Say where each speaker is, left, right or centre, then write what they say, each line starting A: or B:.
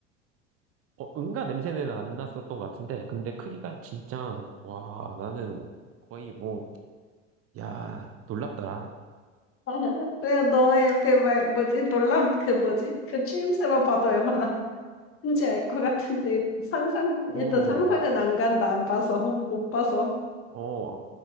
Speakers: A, on the right; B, on the left.
A: 어, 응가 냄새는 안 났었던 것 같은데, 근데 크기가 진짜, 와, 나는 거의 뭐, 야, 놀랍더라.
B: <laughs> 왜 너의 그 말, 뭐지? 놀람, 그 뭐지? 그 추임새만 봐도 얼마나 큰지 알 것 같은데, 상상,
A: 어,
B: 일단 상상은 안 간다. 안 봐서, <laughs> 못 봐서.
A: 어,